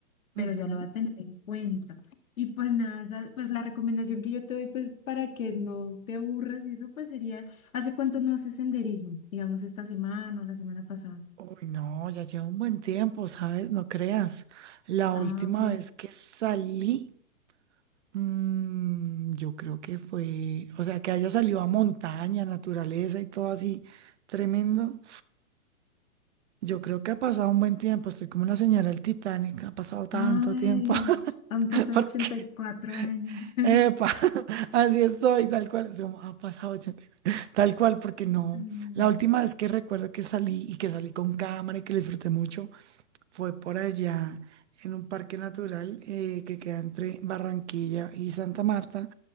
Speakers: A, on the left; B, on the right.
A: pero
B: ujú.
A: ya lo va a tener en cuenta. Y pues nada, esa- pues la recomendación que yo te doy, pues para que no te aburras y eso, pues sería, ¿hace cuánto no haces senderismo? Digamos esta semana o la semana pasada.
B: Uy, no, ya lleva un buen tiempo, ¿sabes? No creas. La
A: Ah,
B: última
A: ok.
B: vez que salí... Mm, yo creo que fue, o sea, que haya salido a montaña, naturaleza y todo así tremendo. Yo creo que ha pasado un buen tiempo, estoy como la señora del Titanic, ha pasado tanto
A: Ay,
B: tiempo. <laughs>
A: han pasado
B: Porque,
A: ochenta y cuatro años. <laughs>
B: epa, <laughs> así estoy, tal cual, es como, ha pasado 80, tal cual, porque no.
A: Ay, no.
B: La última vez que recuerdo que salí y que salí con cámara y que lo disfruté mucho fue por allá en un parque natural eh, que queda entre Barranquilla y Santa Marta